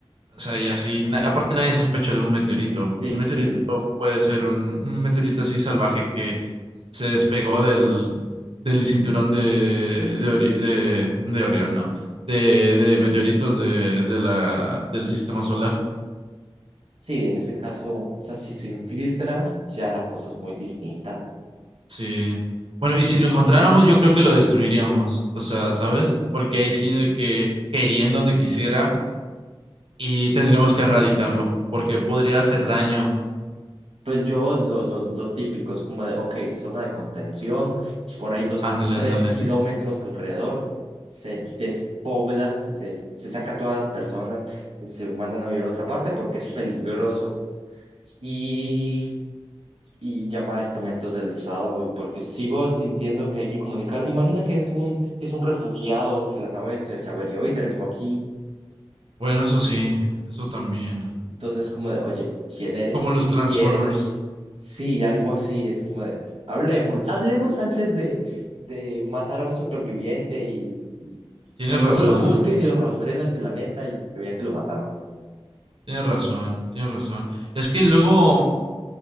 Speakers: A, on the right; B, on the right.
A: O sea, y así, na- aparte nadie sospecha de un meteorito.
B: Sí,
A: Un meteorito
B: sí.
A: puede ser un, un meteorito así salvaje que se despegó del, del cinturón de, de, Ori- de, de Orión, no, de, de meteoritos de, de la, del sistema solar.
B: Sí, en ese caso, o sea, si se infiltra, ya la cosa es muy distinta.
A: Sí. Bueno, y si
B: Es
A: lo
B: como
A: encontráramos,
B: de, "Mm,
A: yo creo que lo destruiríamos. O sea, ¿sabes? Porque ahí sí de que caería en donde quisiera y tendremos que erradicarlo, porque podría hacer daño.
B: Pues yo lo, lo, lo típico es como de, ok, zona de contención, por ahí los
A: Ándale,
B: tres
A: ándale.
B: kilómetros alrededor se despobla, se, se, se saca a todas las personas, se mandan a vivir a otra parte porque es peligroso y, y llamar estamentos del Estado y porque sigo sintiendo que hay que comunicar. Imagina que es un, que es un refugiado, que la nave se, se averió y terminó aquí
A: Bueno, eso sí, eso también.
B: Entonces, es como de, oye, ¿quién eres?
A: Como los
B: ¿Qué
A: Transformers.
B: quieres? Sí, algo así, es como de, hablemos, hablemos antes de, de matar a un superviviente y
A: Tienes
B: que luego
A: razón,
B: lo busquen
A: ¿eh?
B: y lo rastreen al planeta y que vean que lo mataron.
A: tienes razón, tienes razón. Es que luego,